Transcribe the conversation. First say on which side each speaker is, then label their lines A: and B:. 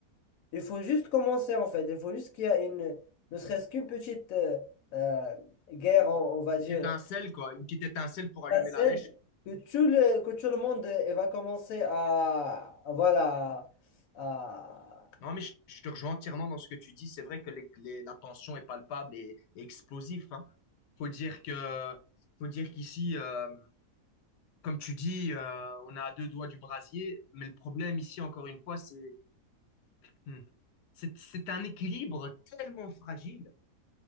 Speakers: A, on the left; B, on the left.
A: il faut juste commencer en fait, il faut juste qu'il y a une, ne serait-ce qu'une petite euh, euh, guerre, on, on va dire,
B: petite étincelle, quoi, une petite étincelle pour allumer
A: étincelle,
B: la mèche.
A: que tout le, que tout le monde euh, il va commencer à, voilà, à,
B: Non, mais je, je te rejoins entièrement dans ce que tu dis. C'est vrai que les- les- la tension est palpable et, et explosive. Hein. Faut dire que, faut dire qu'ici, euh, comme tu dis, euh, on a à deux doigts du brasier. Mais le problème ici, encore une fois, c'est, hmm, c'est, c'est un équilibre tellement fragile.